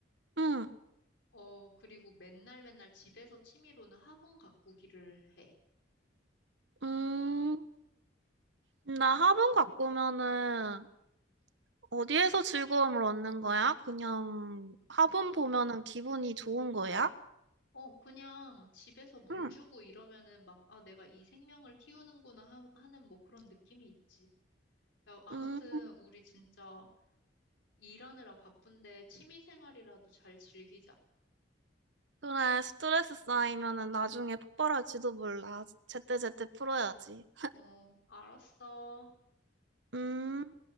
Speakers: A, on the right; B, on the left.
A: 응,
B: 어, 그리고 맨날 맨날 집에서 취미로는 화분 가꾸기를 해.
A: 음. 나
B: 음.
A: 화분 가꾸면은 어디에서 즐거움을 얻는 거야? 그냥 화분
B: 아,
A: 보면은 기분이 좋은 거야?
B: 어, 그냥 집에서 물
A: 응,
B: 주고 이러면은 막, 아, 내가 이 생명을 키우는구나 하, 하는 뭐 그런 느낌이 있지. 야, 아무튼
A: 음.
B: 우리 진짜 일하느라 바쁜데 취미 생활이라도 잘 즐기자.
A: 그래, 스트레스 쌓이면은 나중에 폭발할지도 몰라. 제때제때 풀어야지.
B: 어, 알았어.
A: 음.